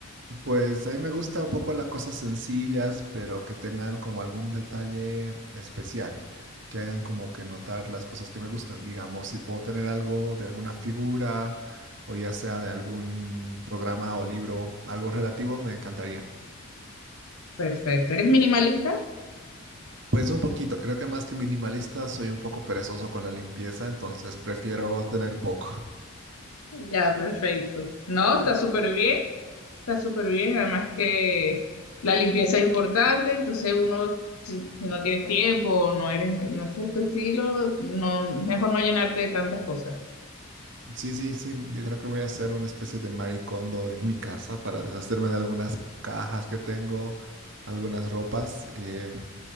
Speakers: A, on the right; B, on the left.
A: Pues a mí me gusta un poco las cosas sencillas, pero que tengan como algún detalle especial, que hagan como que notar las cosas que me gustan. Digamos, si puedo tener algo de alguna figura o ya sea de algún programa o libro, algo relativo, me encantaría.
B: Perfecto. ¿Eres minimalista?
A: Pues un poquito, creo que más que minimalista soy un poco perezoso con la limpieza, entonces prefiero tener poco.
B: Ya, perfecto. No, está súper bien, está súper bien. Además que la limpieza es importante, entonces uno, si si no tienes tiempo o no eres, no es tu estilo, no, mejor no llenarte de tantas cosas.
A: Sí, sí, sí. Yo creo que voy a hacer una especie de maricondo en mi casa para deshacerme de algunas cajas que tengo, algunas ropas. Eh,